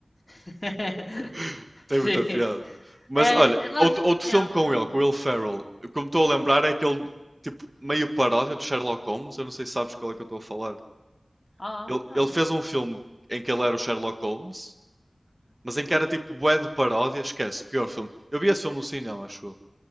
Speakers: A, on the left; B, on the right.
A: <laughs>
B: <laughs> Tem
A: Sim.
B: muita piada. Mas
A: É,
B: olha,
A: é, Love...
B: outro, outro
A: Yeah,
B: filme com
A: mas não...
B: ele, com o Will Ferrell, como estou a lembrar, é aquele tipo meio paródia do Sherlock Holmes. Eu não sei se sabes qual é que eu estou a falar.
A: Oh,
B: Ele,
A: não.
B: ele fez um filme em que ele era o Sherlock Holmes, mas em que era tipo bué de paródia. Esquece, pior filme. Eu vi esse filme no cinema, acho eu.